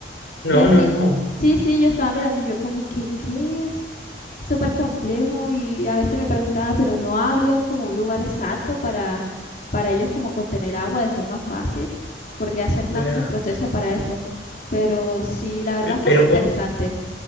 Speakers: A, on the left; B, on the left.
A: No,
B: pues
A: no,
B: sí,
A: no.
B: sí, sí, yo estaba mirando y yo como que, ¿qué es? Súper complejo y a veces me preguntaba, pero no habría como un lugar exacto para, para ellos como contener agua de forma fácil, porque hacer tantos
A: La-
B: procesos para eso. Pero sí, la verdad fue
A: Pero,
B: muy interesante.